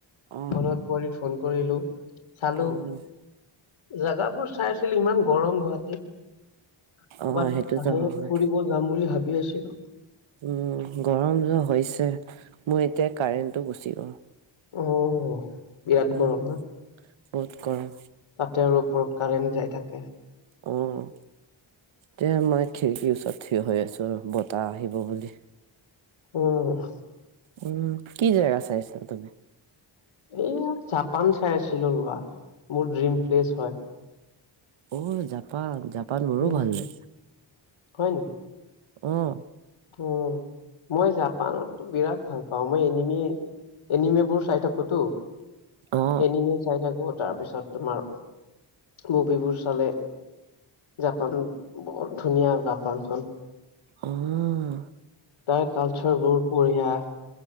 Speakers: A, on the right; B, on the left.
A: অ
B: মনত পৰিল ফোন কৰিলোঁ। চালোঁ।
A: উম
B: জেগাবোৰ চাইছিলোঁ। ইমান গৰম গুৱাহাটীত ক'ৰবাত
A: অ সেইটোতো
B: বাহিৰত
A: হয়
B: ফুৰিব যাম বুলি ভাবি আছিলোঁ।
A: উম, গৰমটো হৈছে। মোৰ এতিয়া কাৰেণ্টটো গুচি গ'ল।
B: অহ অ', বিৰাট
A: উম
B: গৰম না?
A: বহুত গৰম।
B: তাতে আৰু ওপৰত কাৰেণ্ট যাই থাকে।
A: অ'। তে মই খিৰিকীৰ ওচৰত থিয় হৈ আছোঁ বতাহ আহিব বুলি।
B: অ'।
A: উম, কি জেগা চাইছা তুমি?
B: এয়া জাপান চাই আছিলোঁ ৰবা। মোৰ ড্ৰিম প্লেচ হয়।
A: অ', জাপান জাপান মোৰো
B: উম
A: ভাল লাগে।
B: হয় নি?
A: অহ।
B: উম, মই জাপানতটো বিৰাট ভাল পাওঁ। মই এনিমি এনিমেবোৰ চাই থাকোটো।
A: অ
B: এনিমে চাই থাকো। তাৰপিছত তোমাৰ মুভিবোৰ চলে। জাপান, বৰ ধুনীয়া জাপানখন।
A: অ
B: তাৰ কালচাৰবোৰ বঢ়িয়া।